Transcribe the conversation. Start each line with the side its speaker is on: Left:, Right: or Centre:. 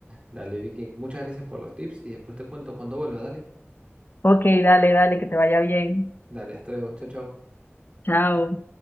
Right: Dale, Vicky, muchas gracias por los tips y después te cuento cuando vuelva, dale.
Left: Ok, dale, dale, que te vaya bien.
Right: Dale, hasta luego, chao, chao.
Left: Chao.